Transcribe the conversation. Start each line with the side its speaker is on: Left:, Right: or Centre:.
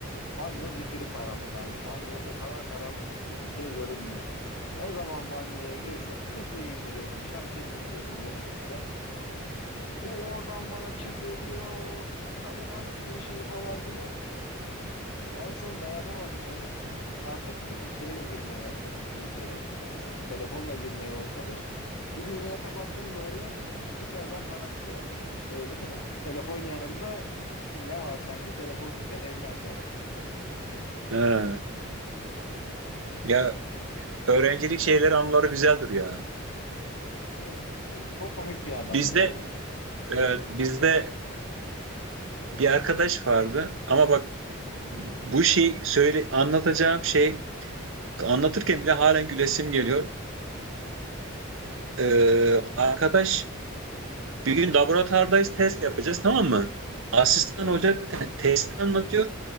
Left: banyo zifiri karanlık abi. Banyo o kadar karanlık ki hiçbir şey görünmüyor. Ne zaman banyoya girse ışığı indiriyordum, şalteri indiriyordum gerekirse. Bu oradan bana küfrediyor, çabuk aç şu ışığı falan filan. En son dayanamadı çocuk. artık <laughs> şeyle girmeye başlamıştı içeri. E, telefonla girmeye başlamış. Bir gün yine kapattım böyle. içeriden bana gülüyor. <laughs> İşte <laughs> telefon yanımda ne var sanki telefonun fenerini açarım.
Right: He. Ya öğrencilik şeyleri anıları güzeldir ya.
Left: Evet. e, Çok komik bir adamdı
Right: Bizde
Left: o ya.
Right: evet, bizde bir arkadaş vardı ama bak
Left: Hı hı.
Right: bu şey söyle anlatacağım şey anlatırken bile halen gülesim geliyor. Ee, arkadaş bir gün laboratuvardayız test yapacağız tamam mı? Asistan
Left: Hı hı.
Right: hoca te- testi anlatıyor.